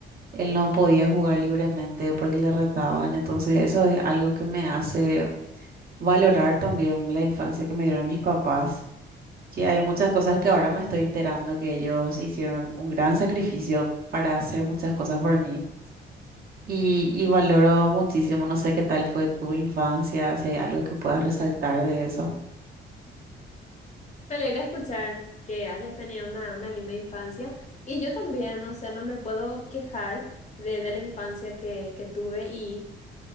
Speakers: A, on the right; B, on the left.
A: él no podía jugar libremente porque le retaban, entonces eso es algo que me hace valorar también la infancia que me dieron mis papás, que hay muchas cosas que ahora me estoy enterando que ellos hicieron un gran sacrificio para hacer muchas cosas por mí. Y, y valoro muchísimo, no sé qué tal fue tu infancia, si hay algo que puedas resaltar de eso.
B: Me alegra escuchar que hayas tenido una, una linda infancia y yo también, o sea, no me puedo quejar de, de la infancia que, que tuve y